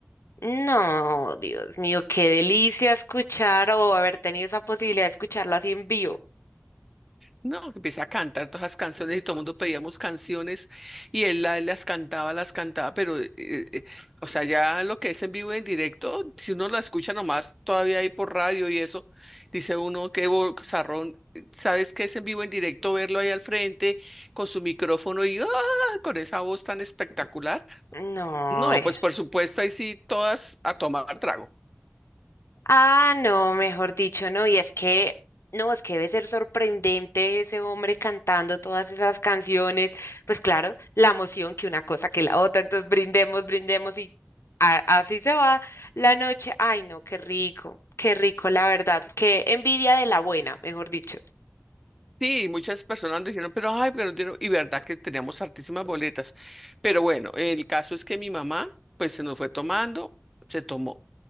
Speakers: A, on the left; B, in the centre.
A: No, Dios mío, qué delicia escuchar o haber tenido esa posibilidad de escucharlo así en vivo.
B: No, que empieza a cantar todas las canciones y todo el mundo pedíamos canciones y él la- las cantaba, las cantaba, pero, eh, eh, eh, o sea, ya lo que es en vivo y en directo, si uno la escucha nomás todavía ahí por radio y eso, dice uno, qué bozarrón, eh, ¿sabes qué es en vivo y en directo verlo ahí al frente con su micrófono y ¡ah! con esa voz tan espectacular?
A: No,
B: No,
A: eh.
B: pues por supuesto, ahí sí, todas a tomar trago.
A: Ah, no, mejor dicho, no. Y es que, no, es que debe ser sorprendente ese hombre cantando todas esas canciones. Pues claro, la emoción que una cosa que la otra. Entonces brindemos, brindemos y a- así se va la noche. Ay, no, qué rico, qué rico, la verdad. Qué envidia de la buena, mejor dicho.
B: Sí, muchas personas dijeron, pero ay, pero no dieron- y verdad que teníamos hartísimas boletas. Pero bueno, el caso es que mi mamá, pues se nos fue tomando, se tomó.